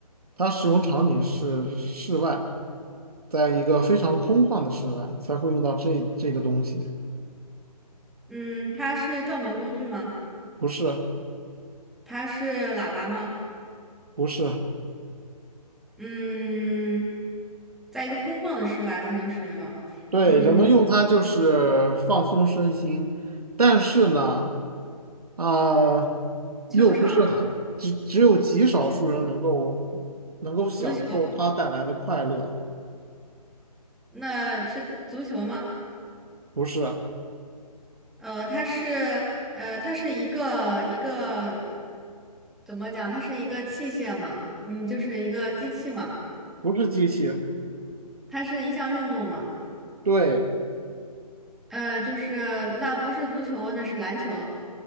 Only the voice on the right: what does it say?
它使用场景是室外，在一个非常空旷的室外才会用到这这个东西，
不是，
不是，
对，
人们用它就是放松身心，但是呢，啊、
又不是很，只只有极少数人能够能够享受它带来的快乐，
不是
不是机器，
对，